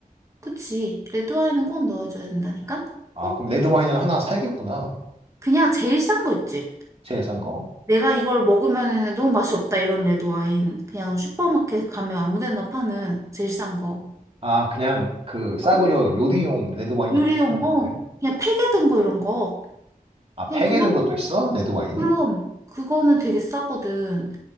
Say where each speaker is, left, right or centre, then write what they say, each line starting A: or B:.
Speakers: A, on the right; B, on the right.
A: 그치. 레드와인은 꼭 넣어줘야 된다니까?
B: 아,
A: 꼭
B: 그럼 레드 와인을 하나 사야겠구나.
A: 그냥 제일 싼 거 있지.
B: 제일 싼 거.
A: 내가 이걸 먹으면 너무 맛이 없다 이런 레드 와인. 그냥 슈퍼마켓 가면 아무 데나 파는 제일 싼 거.
B: 아, 그냥 그 싸구려
A: 어,
B: 요리용 레드 와인
A: 요리용,
B: 사도 되는
A: 어,
B: 거네.
A: 그냥 팩에 든 거 이런 거.
B: 아,
A: 그냥
B: 팩에
A: 그런
B: 든
A: 거,
B: 것도 있어? 레드 와인이?
A: 그럼. 그거는 되게 싸거든.